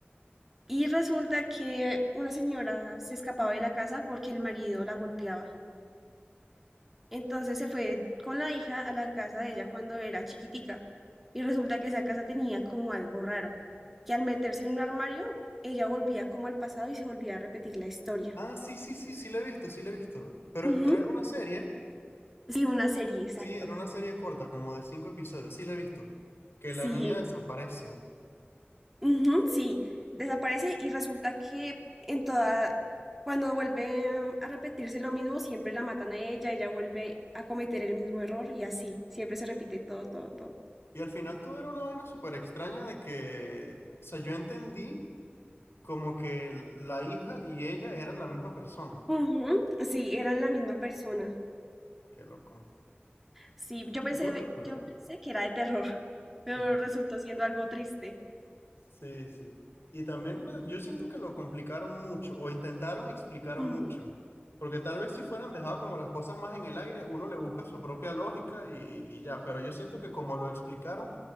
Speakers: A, in the centre; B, on the left.
A: Y resulta que una señora se escapaba de la casa porque el marido la golpeaba. Entonces se fue con la hija a la casa de ella cuando era chiquitica. Y resulta que esa casa tenía como algo raro, que al meterse en un armario, ella volvía como al pasado y se volvía a repetir la historia.
B: Ah, sí, sí, sí, sí, la he visto, sí, la he visto. Pero,
A: Ujú,
B: pero era una serie,
A: Sí, una serie, exacto.
B: sí, era una serie corta, como de cinco episodios, sí, la he visto. Que
A: Sí,
B: la niña desaparece.
A: ujú, sí, desaparece y resulta que en toda, cuando vuelve em, a repetirse lo mismo, siempre la matan a ella, ella vuelve a cometer el mismo error y así, siempre se repite todo, todo, todo.
B: Y al final todo era una vaina súper extraña de que, o sea, yo entendí como que la hija y ella eran la misma persona.
A: Ujú, Sí, eran la misma persona.
B: Qué loco.
A: Sí, yo pensé,
B: Yo recuerdo.
A: yo pensé que era de terror, <laughs> pero
B: ok,
A: resultó siendo algo triste.
B: Sí, sí. Y también lo- yo siento que lo complicaron mucho o intentaron explicar
A: Ujú.
B: mucho, porque tal vez si fueran dejado como las cosas más en el aire, uno le busca su propia lógica y, y ya, pero yo siento que como lo explicaron,